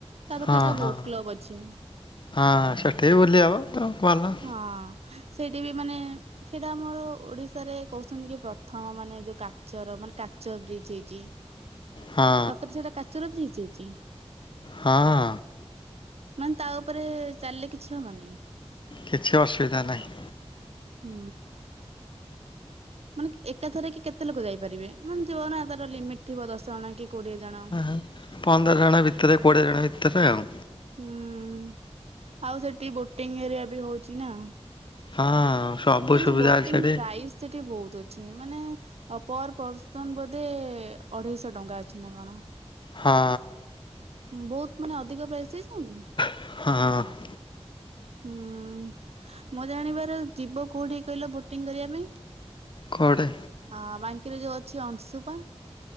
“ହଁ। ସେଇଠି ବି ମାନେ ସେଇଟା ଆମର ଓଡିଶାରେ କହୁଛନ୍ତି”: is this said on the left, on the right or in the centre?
Right